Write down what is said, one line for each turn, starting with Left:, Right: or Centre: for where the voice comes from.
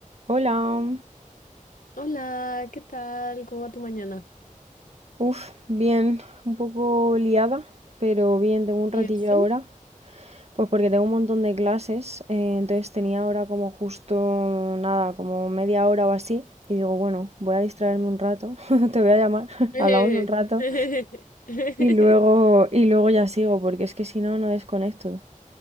Right: Hola,
Left: Hola, ¿qué tal? ¿Cómo va tu mañana?
Right: uff, bien, un poco liada, pero bien, tengo un
Left: ¿Y
Right: ratillo
Left: eso?
Right: ahora, pues porque tengo un montón de clases, eh, entonces tenía ahora como justo nada, como media hora o así, y digo, bueno, voy a distraerme un rato, <laughs> te voy a llamar, <laughs>
Left: <laughs>
Right: hablamos un rato, y luego, y luego ya sigo, porque es que si no, no desconecto,